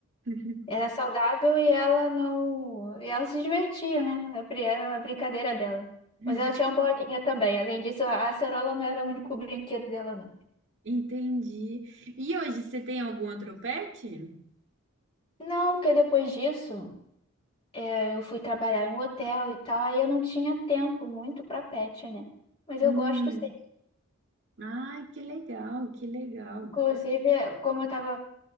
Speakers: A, on the right; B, on the left.
A: <laughs>
B: era saudável e ela não. E ela se divertia, né? Era era a brincadeira dela.
A: Hum,
B: Mas ela tinha uma bolinha também. Além disso, a acerola não era o único brinquedo dela, não.
A: Entendi. E hoje você tem algum outro pet?
B: Não, porque depois disso, é, eu fui trabalhar em um hotel e tal, aí eu não tinha tempo muito pra pet, né? Mas eu
A: Hum,
B: gosto sim.
A: ai, que legal, que legal.
B: Inclusive, como eu tava